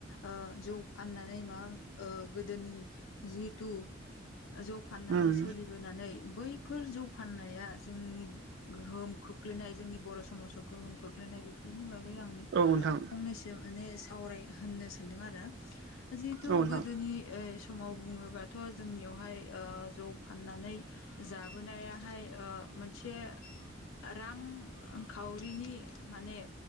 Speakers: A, on the left; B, on the right.
A: ओ जौ फाननानै माबा ओ गोदोनि जिहेथु जौ फाननानै
B: उम
A: सोलिबोनानै बैफोर जौ फाननाया जोंनि गोहोम खोख्लैनाय जोंनि बर' समाजाव गोहोम खोख्लैनाय बेफोरनि बागै आं
B: औ नोंथां
A: फंनैसो माने सावराय होननो सानदों आरो जिहेथु
B: औ नोंथां
A: गोदोनि ओ समाव बुङोबाथ' जोंनियावहाय ओ जौ फाननानै जाबोनायाहाय ओ मोनसे रांखावरिनि माने